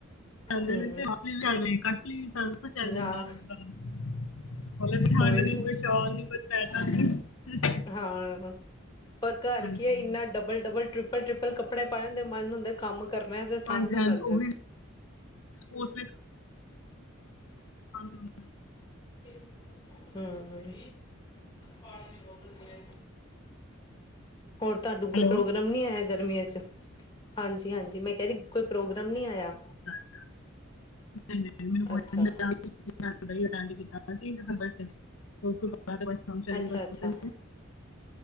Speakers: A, on the left; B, on the left.
A: ਜਾਂਦੇ
B: ਹੂੰ,
A: ਨੇ <inaudible> ਵੀ ਜਾਂਦੇ। ਚੱਲ ਜਾਂਦਾ
B: ਆ
A: ਮਤਲਬ ਵੀ ਠੰਡ
B: ਉਹੀ
A: ਨੀ
B: ਤੇ
A: ਕੋਈ ਸ਼ਾਲ ਨੀ ਕੋਈ <unintelligible>
B: ਹਾਂ ਔਰ ਘਰ
A: ਹਾਂਜੀ
B: ਕੀ ਐ ਇੰਨਾ ਡਬਲ ਡਬਲ ਟ੍ਰਿਪਲ ਟ੍ਰਿਪਲ ਕੱਪੜੇ ਪਾਏ ਹੁੰਦੇ ਮਨ ਹੁੰਦੇ ਕੰਮ ਕਰਨਾ। ਠੰਢ
A: ਹਾਂਜੀ
B: ਨਾ
A: ਹਾਂਜੀ
B: ਲੱਗ ਜਾਵੇ
A: ਉਹੀ ਉਸ <unintelligible> <unintelligible>
B: ਹਮ। ਪਾਣੀ ਦੀ ਬੋਤਲ ਦੇ ਆਈ। ਹੋਰ ਤੁਹਾਨੂੰ ਕੋਈ
A: ਹੈਲੋ
B: ਪ੍ਰੋਗਰਾਮ ਨੀ ਆਇਆ ਗਰਮੀਆਂ 'ਚ, ਹਾਂਜੀ-ਹਾਂਜੀ ਮੈਂ ਕੈਦੀ ਕੋਈ ਪ੍ਰੋਗਰਾਮ ਨੀ ਆਇਆ?
A: ਨਹੀਂ-ਨਹੀਂ ਮੈਨੂੰ ਕੋਈ।
B: ਅੱਛਾ
A: <unintelligible> ਪ੍ਰੋਗਰਾਮ ਅਟੈਂਡ ਕੀਤਾ ਸੀ, ਦਸੰਬਰ 'ਚ ਉਸ ਬਾਅਦ ਕੋਈ ਫੰਕਸ਼ਨ
B: ਅੱਛਾ ਅੱਛਾ
A: ਨੀ। <unintelligible>